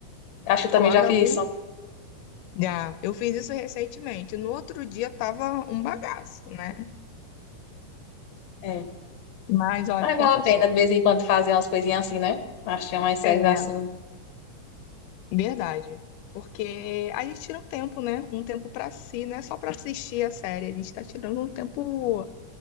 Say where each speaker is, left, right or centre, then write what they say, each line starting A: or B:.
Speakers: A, on the left; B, on the left.
A: acho que eu também
B: Quando
A: já fiz
B: eu me-
A: isso.
B: já, eu fiz isso recentemente. No outro dia tava um bagaço, né?
A: É.
B: Mas olha,
A: Mas
B: compensou.
A: vale a pena de vez em quando fazer umas coisinhas assim, né? Acho que é umas séries
B: É,
A: assim.
B: Verdade. Porque a gente tira um tempo, né? Um tempo pra si, não é só pra assistir a série, a gente tá tirando um tempo